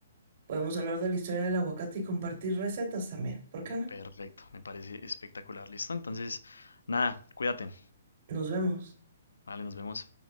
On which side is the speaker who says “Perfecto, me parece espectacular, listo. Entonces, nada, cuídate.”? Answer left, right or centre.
Left